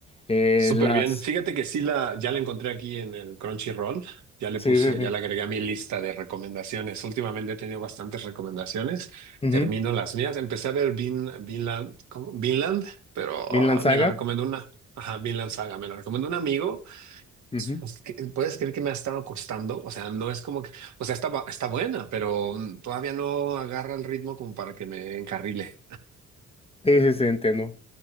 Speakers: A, on the left; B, on the right.
A: Eh,
B: Súper
A: las...
B: bien. Fíjate que sí la, ya la encontré aquí en el Crunchyroll. Ya le
A: Sí,
B: puse,
A: sí, sí.
B: ya la agregué a mi lista de recomendaciones. Últimamente he tenido bastantes recomendaciones.
A: Ujú.
B: Termino las mías. Empecé a ver Vin, Vinland, ¿cómo? Vinland, pero
A: Vinland
B: ah,
A: Saga.
B: me la recomendó una, ajá, Vinland Saga. Me la recomendó un amigo.
A: Ujú.
B: Es que, ¿Puedes creer que me ha estado costando? O sea, no es como que, o sea, está, bu- está buena, pero mm, todavía no agarra el ritmo como para que me encarrile.
A: Sí, sí, sí, entiendo.